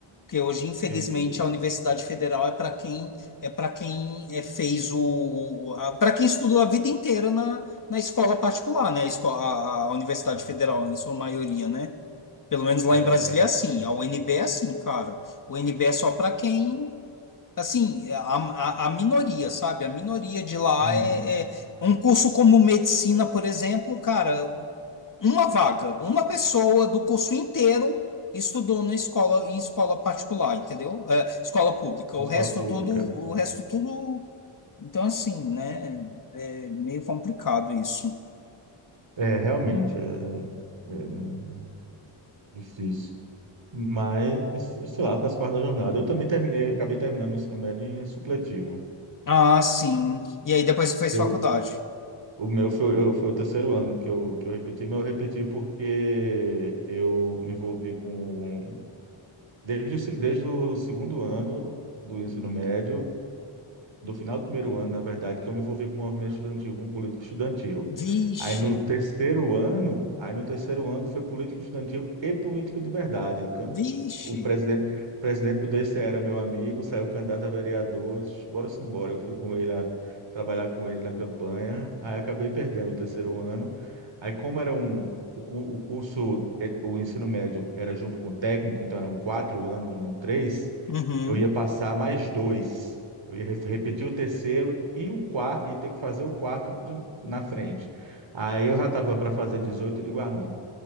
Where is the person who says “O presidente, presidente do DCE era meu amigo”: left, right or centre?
Right